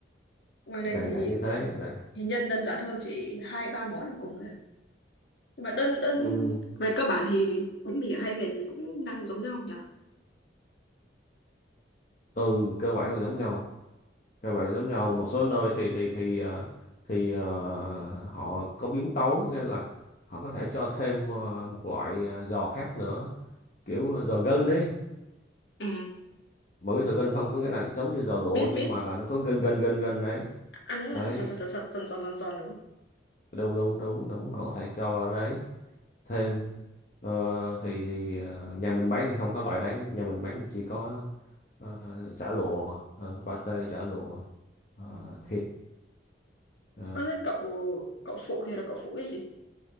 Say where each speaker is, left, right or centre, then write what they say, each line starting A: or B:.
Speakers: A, on the left; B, on the left.
A: ngoài này
B: dạng
A: thì
B: dạng như thế này
A: thì nhân đơn giản hơn chỉ hai ba món là cùng rồi nhưng mà đơn đơn
B: ừ,
A: về cơ bản thì bánh mì hay mệt thì cũng đang giống nhau nhỉ
B: từ cơ bản là giống nhau cơ bản là giống nhau một số nơi thì thì thì ờ, thì ờ, họ có biến tấu nghĩa là họ có thể cho thêm ờ, một loại ờ, giò khác nữa kiểu ờ, giò gân ấy
A: Ừ,
B: mà biết giò gân không có nghĩa là giống như giò lụa
A: biết
B: nhưng
A: biết.
B: mà là nó có gân gân gân gân đấy
A: ăn nó
B: đấy
A: sật sật sật sật giòn giòn giòn giòn đúng không
B: đúng đúng đúng đúng họ có thể cho vào đấy thêm ờ, thì thì ờ, nhà mình bán thì không có loại đấy nữa. nhà mình bán thì chỉ có ờ, chả lụa uh, pate chả lụa ờ,
A: Ừ.
B: thịt ờ,
A: Ơ, thế cậu cậu phụ thì là cậu phụ cái gì